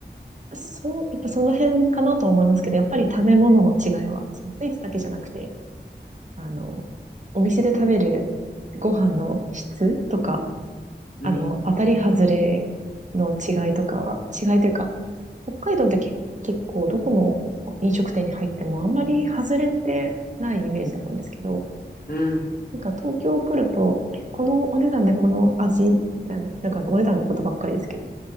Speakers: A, on the right; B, on the left.
A: そう、やっぱその辺かなと思いますけど、やっぱり食べ物の違いは、そのスイーツだけじゃなくて、あの、お店で食べるご飯の質とか、
B: うん、
A: あの、当たり外れの違いとかは、違いというか、北海道ってけ結構どこの飲食店に入ってもあんまり外れてないイメージだったんですけど、
B: うん。
A: なんか東京来ると、え、このお値段でこの味みたいな、なんかお値段のことばっかりですけど、